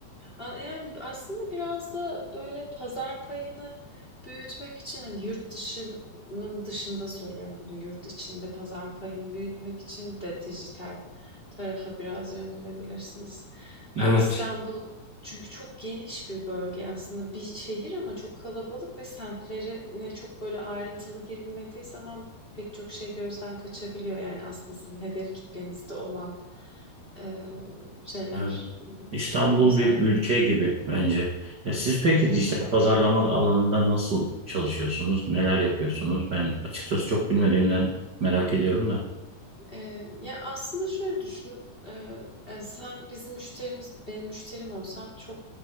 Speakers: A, on the left; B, on the right.
A: Yani aslında biraz da böyle pazar payını büyütmek için hani yurt dışının dışında söylüyorum bunu yurt içinde pazar payını büyütmek için de dijital tarafa biraz yönlenebilirsiniz.
B: Evet.
A: Yani İstanbul çünkü çok geniş bir bölge aslında bir şehir ama çok kalabalık ve semtlerine çok böyle ayrıntılı girilmediği zaman pek çok şey gözden kaçabiliyor. Yani aslında sizin hedef kitlenizde olan eee, şeyler,
B: Evet.
A: eee,
B: İstanbul
A: pazarlar.
B: bir ülke gibi bence. Ya siz peki
A: Evet.
B: dijital pazarlama alanında nasıl çalışıyorsunuz? Neler yapıyorsunuz? Ben açıkçası çok bilmediğimden merak ediyorum da.
A: Eee, ya, aslında şöyle düşün, eee, eee, sen bizim müşterimiz benim müşterim olsan çok,